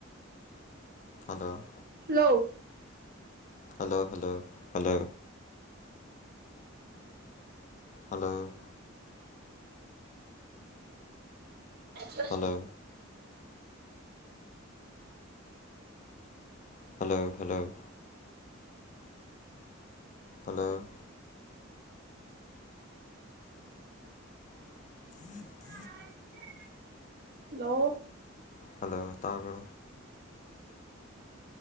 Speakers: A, on the left; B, on the right.
A: ꯍꯜꯂꯣ
B: ꯊ
A: ꯍꯜꯂꯣ ꯍꯜꯂꯣ ꯍꯜꯂꯣ ꯍꯜꯂꯣ
B: ꯁꯅ
A: ꯍꯜꯂꯣ ꯍꯜꯂꯣ ꯍꯜꯂꯣ ꯍꯂꯣ ꯎꯝ
B: ꯍꯂꯣ
A: ꯍꯗꯣ ꯇꯥꯕꯣ